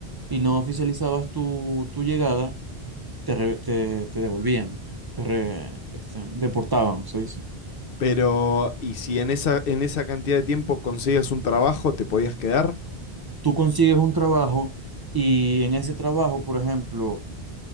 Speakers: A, on the right; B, on the left.
A: y no oficializabas tu, tu llegada, te, re- te, te devolvían, te re- este, deportaban, se dice.
B: Pero, ¿y si en esa, en esa cantidad de tiempo conseguías un trabajo, te podías quedar?
A: Tú consigues un trabajo y en ese trabajo, por ejemplo,